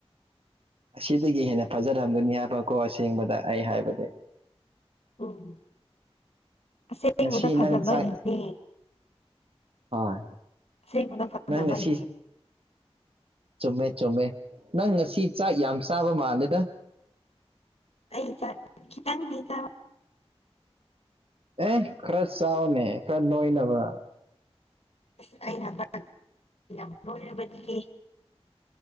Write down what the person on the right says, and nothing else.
ꯁꯤꯗꯤꯗꯒꯤ ꯍꯦꯅ ꯐꯖꯔꯝꯒꯅꯤ ꯍꯥꯏꯕꯀꯣ ꯑꯁꯦꯡꯕꯗ ꯑꯩ ꯍꯥꯏꯕꯗꯤ
ꯉꯁꯤ
ꯅꯪ ꯆꯥꯛ ꯍꯣꯏ
ꯅꯪ ꯉꯁꯤ ꯆꯨꯝꯃꯦ ꯆꯨꯝꯃꯦ ꯅꯪ ꯉꯁꯤ ꯆꯥꯛ ꯌꯥꯝ ꯆꯥꯕ ꯃꯥꯜꯂꯦꯗ
ꯑꯦ ꯈꯔ ꯆꯥꯎꯅꯦ ꯈꯔ ꯅꯣꯏꯅꯕ